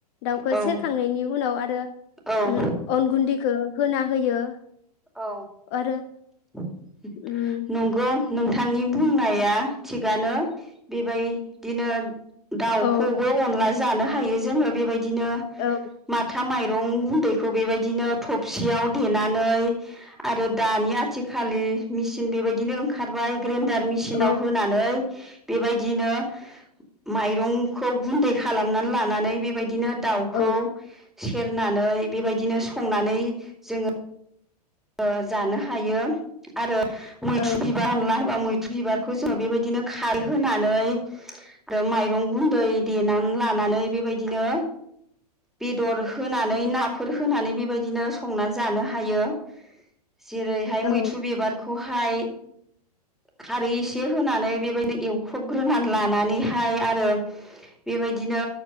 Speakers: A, on the left; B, in the centre.
A: दाउखौ
B: औ
A: सेरखांनायनि उनाव आरो
B: औ
A: ओम अन गुन्दैखो होना होयो।
B: औ
A: आरो
B: <inaudible>
A: उम
B: नंगौ नोंथांनि बुंनाया थिगानो बेबायदिनो दाउखौबो
A: औ
B: अनला जानो हायो जोङो बेबाय दिनो
A: औ
B: माथा माइ रं गुन्दैखौ बेबायदिनो थबसियाव देनानै आरो दानि आथिखालि मेसिन बेबायदिनो ओंखारबाय। ग्रेन्डार मेसिनाव
A: औ
B: होनानै बेबायदिनो माइरंखौ गुन्दै खालामनानै लानानै बेबायदिनो दाउखौ
A: औ
B: सेरनानै बेबायदिनो संनानै जोङो ओ जानो हायो आरो मैथ्रु
A: औ
B: बिबार अनला होबा मै बिबारखौ जोङो बेबायदिनो खारै होनानै आरो माइरं गुन्दै देनानै लानानै बेबायदिनो बेदर होनानै नाफोर होनानै बेबायदिनो संना जानो हायो। जेरैहाय
A: औ
B: मैथ्रु बिबारखौ खौहाय खारै एसे होनानै बेबायदिनो एवख्रबग्रोनानै लानानैहाय आरो बेबायदिनो